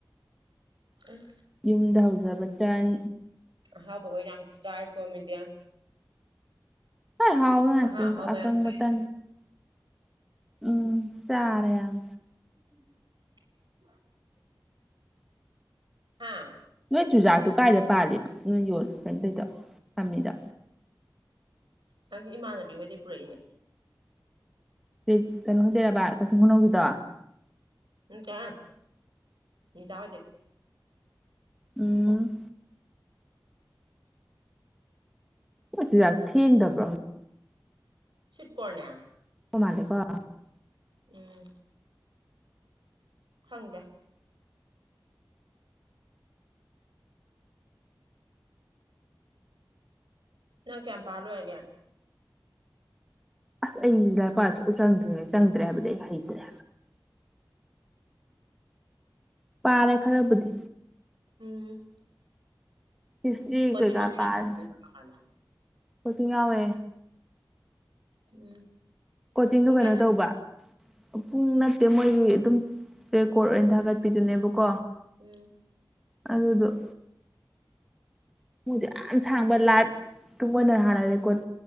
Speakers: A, on the right; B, in the centre.
A: ꯑ
B: ꯌꯨꯝꯗ ꯍꯧꯖꯕ ꯇꯟ
A: ꯍꯥꯎꯕꯕꯣ ꯌꯥꯝ ꯇꯗꯥꯏ ꯀꯃꯤ ꯗꯦ
B: ꯍꯣꯏ ꯍꯥꯎꯅꯥꯆ
A: ꯑꯍꯥ ꯑꯍꯥꯎꯕ
B: ꯑꯀꯪ
A: ꯌꯥꯝ ꯆꯥꯏ
B: ꯃꯇ ꯎꯝ ꯆꯔꯦ ꯌꯥꯝ
A: <inaudible> ꯍꯥꯥ
B: ꯅꯣꯏ ꯆꯨꯖꯥꯛꯇꯣ ꯀꯥꯏꯏꯗ ꯄꯥꯜꯂꯤꯅꯣ ꯅꯣꯏ ꯌꯣꯜꯂꯤꯂ ꯀꯩꯅꯣ ꯀꯩꯗ ꯐꯥꯝꯃꯤꯗ
A: ꯅꯪꯒꯤ ꯏꯃꯥꯟꯅꯕꯤ ꯍꯣꯏꯩ ꯄꯨꯔꯛꯏꯅꯦ
B: ꯁꯤ ꯀꯩꯅꯣꯗꯦꯔꯕꯕꯥ ꯀꯛꯆꯤꯡ ꯈꯨꯅꯧꯒꯤꯗꯣ
A: ꯎꯝ ꯆꯍ ꯃꯤꯁꯥꯎꯗꯦ
B: ꯎꯝ ꯥꯛ ꯊꯗꯕ꯭ꯔꯣ
A: ꯁꯤꯤꯠ ꯀꯣꯔꯣꯅꯦ
B: ꯎ ꯃꯥꯂꯀꯣ
A: ꯎꯝ ꯍꯪꯗꯦ ꯅꯪ ꯀꯌꯥꯄꯥꯔꯣ ꯍꯥꯏꯒ
B: ꯑꯁ ꯑꯩ ꯂꯄꯥꯁꯨ ꯎ ꯆꯪꯗ꯭ꯔꯤꯉꯩ ꯆꯪꯗ꯭ꯔꯦ ꯍꯥꯏꯕꯗꯤ ꯑꯩ ꯍꯩꯇ꯭ꯔꯦ ꯄꯥꯔꯦ ꯈꯔꯕꯨꯗꯤ
A: ꯎꯝ
B: ꯍꯤꯁꯇ꯭ꯔꯤ
A: ꯀꯣꯆꯤꯡ
B: ꯀꯩꯀꯥ
A: ꯑꯃ
B: ꯄꯥꯔ
A: ꯌꯥꯎꯔꯗꯣꯏꯅꯣ ꯀꯔꯝꯀꯥꯟꯗ
B: ꯀꯣꯇꯤꯡ ꯉꯥꯎꯋꯦ
A: ꯎꯝ
B: ꯀꯣꯆꯤꯡꯗꯨ
A: ꯄꯨꯡ
B: ꯀꯩꯅꯣ
A: ꯀꯌꯥꯗ
B: ꯇꯧꯕ ꯄꯨꯡ ꯅꯠꯇꯦ ꯃꯣꯏꯒꯤ ꯑꯗꯨꯝ ꯔꯦꯀꯣꯔꯠ ꯑꯣꯏꯅ ꯊꯥꯒꯠꯄꯤꯗꯨꯅꯦꯕꯀꯣ
A: ꯎꯝ
B: ꯑꯗꯨꯗꯣ ꯗꯨ ꯌꯥꯝ ꯁꯥꯡꯕ ꯂꯥꯏꯚ ꯇꯨ ꯃꯣꯏꯅ ꯍꯥꯟꯅ ꯔꯦꯀꯣꯔꯠ